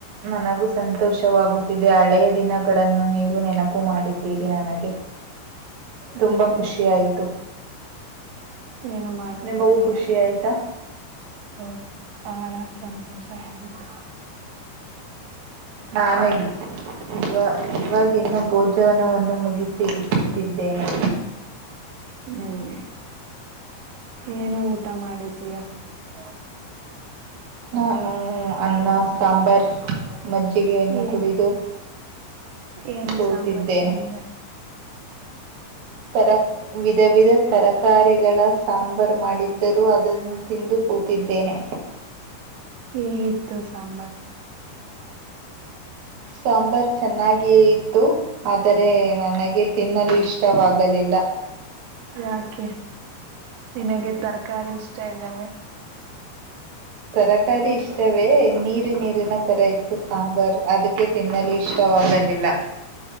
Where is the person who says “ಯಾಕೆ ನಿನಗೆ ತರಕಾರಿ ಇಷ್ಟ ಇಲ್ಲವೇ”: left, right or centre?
Right